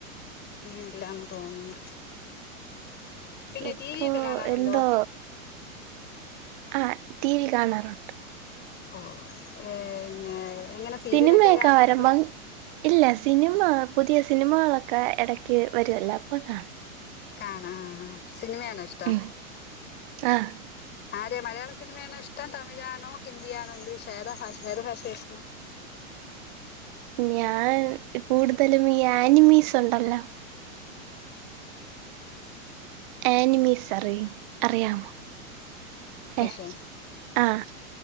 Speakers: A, on the left; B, on the right.
A: ടില്ലാന്ന് തോന്നുന്നു പിന്നെ
B: ഇപ്പൊ
A: ടിവിഒക്കെ കാണാറുണ്ടോ
B: എന്തോ ആഹ് ടി വി കാണാറുണ്ട്
A: ഓഹ് ഏഹ് എങ്ങ എങ്ങനെ സീരിയലൊക്കെ
B: സിനിമയൊക്കെ
A: കാണുന്നത്
B: വരുമ്പം ഇല്ല സിനിമ പുതിയ സിനിമകളൊ ക്കെ എടയ്ക്ക് വേരുല്ലോ അപ്പോ കാണും.
A: കാണആഹ് സിനിമയാണോ ഇഷ്
B: ഉം ആഹ്
A: ആരെ മലയാള സിനിമയാണോഷ്ടം തമിഴാണോ ഹിന്ദിയണോ ഇംഗ്ലീഷ് ഏത ഭാഷ് ഏത് ഭാശെഷ്ടം
B: ഞാൻ കൂടുതലും ഈ ആനിമീസ് ഉണ്ടല്ലോ ആനിമീസ് അറിയ് അറിയാമോ
A: അനിമേഷൻ
B: ഏഹ് ആഹ്